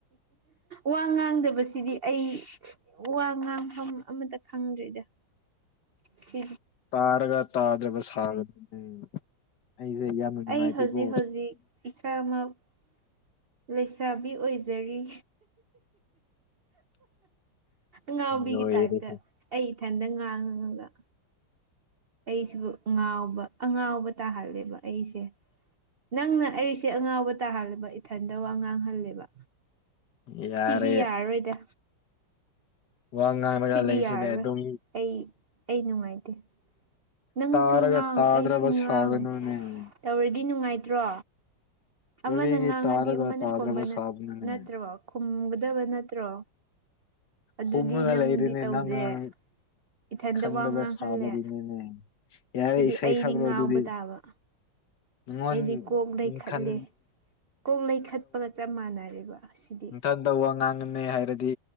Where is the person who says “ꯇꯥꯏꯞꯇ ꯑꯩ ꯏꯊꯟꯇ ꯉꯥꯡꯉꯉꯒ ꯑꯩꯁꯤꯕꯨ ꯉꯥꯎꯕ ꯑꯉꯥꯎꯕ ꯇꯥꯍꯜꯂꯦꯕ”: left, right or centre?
Right